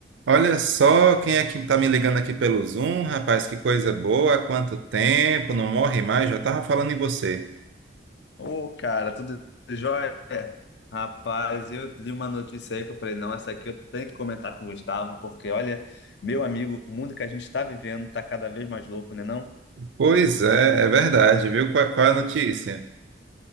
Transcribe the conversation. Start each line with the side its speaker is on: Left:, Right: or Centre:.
Right: Olha só quem é que tá me ligando aqui pelo Zoom, rapaz, que coisa boa, há quanto tempo, não morre mais, já tava falando em você.
Left: Ô, cara, tudo jóia? Rapaz, eu li uma notícia aí que eu falei, não, essa aqui eu tenho que comentar com o Gustavo, porque olha, meu amigo, o mundo que a gente está vivendo tá cada vez mais louco, né não?
Right: Pois é, é verdade, viu? Qual, qual é a notícia?